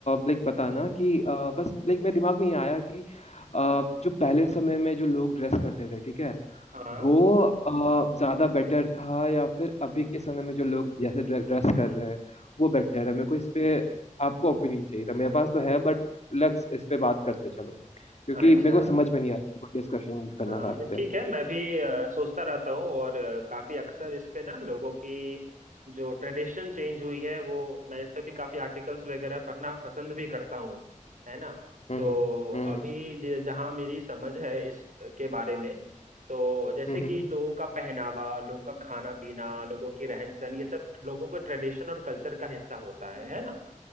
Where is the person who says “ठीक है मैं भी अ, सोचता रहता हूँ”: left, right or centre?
Right